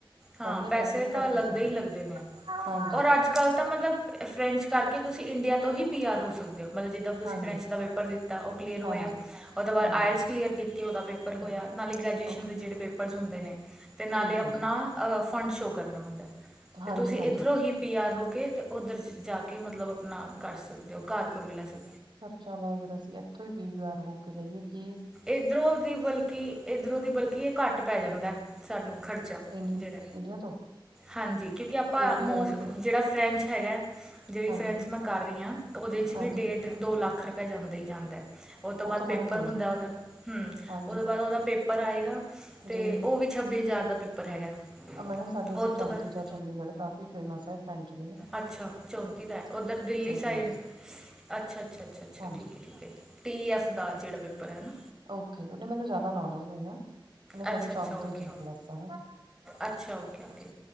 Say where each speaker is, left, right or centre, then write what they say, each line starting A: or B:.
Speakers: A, in the centre; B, on the right.
A: ਹਾਂ
B: ਪਹਿਲੇ
A: ਪੈਸੇ ਤਾਂ
B: ਘੱਟ
A: ਲੱਗਦੇ
B: ਸੀਗੇ
A: ਈ ਲੱਗਦੇ ਨੇ।
B: ਹਾਂਜੀ
A: ਔਰ ਅੱਜ ਕੱਲ ਤਾਂ ਮਤਲਬ ਫ਼੍ਰੇਂਚ ਕਰਕੇ ਤੁਸੀਂ ਇੰਡੀਆ ਤੋਂ ਹੀ ਪੀ ਆਰ ਹੋ ਸਕਦੇ ਹੋ ਮਤਲਬ ਜਿੱਦਾਂ ਤੁਸੀਂ
B: ਹਾਂਜੀ
A: ਫ਼੍ਰੇਂਚ ਦਾ ਪੇਪਰ ਪੇਪਰ ਦਿੱਤਾ ਉਹ ਕਲੀਅਰ ਹੋਯਾ
B: ਹਾਂਜੀ
A: ਉਹ ਤੋ ਬਾਦ
B: ਹਾਂਜੀ
A: ਆਇਲਟਸ ਕਲੀਅਰ ਕਿ ਤੇ ਓਦਾ ਪੇਪਰ ਹੋਇਆ
B: ਜੀ
A: ਨਾਲੇ ਗ੍ਰੈਜੂਏਸ਼ਨ
B: ਓਕੇ
A: ਦੇ ਜੇੜੇ ਪੇਪਰਸ ਹੁੰਦੇ ਨੇ ਤੇ ਨਾਲੇ
B: ਠੀਕ
A: ਆਪਣਾ
B: ਹੈ ਜੀ।
A: ਅ ਫੰਡ ਸ਼ੋਅ ਕਰਨਾ ਹੁੰਦਾ ਤੇ
B: ਹਾਂਜੀ
A: ਤੁਸੀਂ
B: ਹਾਂਜੀ
A: ਇੱਧਰੋਂ ਹੀ ਪੀ ਆਰ ਹੋ ਕੇ ਅਤੇ ਉੱਧਰ ਜਾ ਕੇ ਕਿ ਮਤਲਬ ਆਪਣਾ ਕਰ ਸਕਦੇ ਔ ਘਰ ਕੋਈ ਮਿਲਾ ਤੇ
B: ਅਛਾ ਅਗਰ ਅਗਰ ਅਸੀਂ ਇੱਥੋਂ ਹੀ ਪੀ ਆਰ ਹੋ ਕੇ ਜਾਈਏ ਕਿ
A: ਇਧਰੋਂ ਦੀ ਬਲਕਿ ਇਧਰੋਂ ਦੀ ਬਲਕਿ ਇਹ ਘੱਟ ਪੈ ਜਾਂਦਾ। ਸਾਨੂੰ ਖਰਚਾ
B: ਇੰਡੀਆ
A: ਜੇੜਾ
B: ਇੰਡੀਆ ਤੋਂ
A: ਹਾਂਜੀ ਕਿਉਂਕਿ ਆਪਾਂ
B: ਫਿਰ ਵੀ
A: ਮੌੋਸ
B: ਆਈਡੀਆ
A: ਜੇੜਾ ਫਰੈਂਚ ਹੈਗਾ ਜਿਹੜੀ
B: ਹਾਂਜੀ
A: ਫਰੈਂਚ ਮੈਂ ਕਰ ਰਹੀ ਹਾਂ ਉਹਦੇ 'ਚ
B: ਹਾਂਜੀ
A: ਵੀ ਡੇਟ ਦੋ ਲੱਖ ਰੁਪਆ ਜਾਂਦਾ ਹੀ ਜਾਂਦਾ ਉਹ ਤੋਂ ਬਾਅਦ
B: ਤਾਂ ਮੈਡਮ
A: ਪੇਪਰ
B: ਹੈ
A: ਹੁੰਦਾ
B: ਹੀ
A: ਉਹਦਾ ਹਮ
B: ਹਾਂਜੀ
A: ਉਹ ਤੋਂ ਬਾਅਦ ਉਹਦਾ ਪੇਪਰ ਆਏਗਾ ਤੇ
B: ਜੀ
A: ਉਹ ਵੀ ਛੱਬੀ ਹਜ਼ਾਰ ਦਾ ਪੇਪਰ ਹੈਗਾ।
B: ਐਹ ਮੈਡਮ ਸਾਡੇ ਇੱਥੇ
A: ਉਹ ਤੋਂ
B: ਚੌਤੀ
A: ਬਾਅਦ
B: ਚ ਚੰਡੀਗੜ੍ਹ ਕਾਫੀ ਫੇਮਸ ਹੈ ਫ਼੍ਰੇਂਚ <unintelligible>
A: ਅੱਛਾ ਚੌਂਤੀ ਦਾ ਓਧਰ ਦਿੱਲੀ ਸਾਈਡ
B: ਲੱਗਦੀਆਂ
A: ਅੱਛਾ, ਅੱਛਾ, ਅੱਛਾ, ਅਛਾ
B: ਹਾਂਜੀ
A: ਠੀਕ ਹੈ ਠੀਕ ਹੈ। ਟੀ ਐੱਫ ਦਾ ਜੇੜਾ ਪੇਪਰ ਹੈ ਨਾ
B: ਓ ਕੇ ਬੇਟੇ ਮੈਨੂੰ ਜਿਆਦਾ ਨੋਲੇਜ ਨਹੀਂ ਨਾਂ ਉਰੇ ਸਾਡੇ
A: ਅੱਛਾ ਅੱਛਾ
B: ਚੌਂਤੀ
A: ਓਕੇ
B: ਚ ਨੇ ਕਲਾਸਾ
A: ਅੱਛਾ ਓਕੇ, ਓਕੇ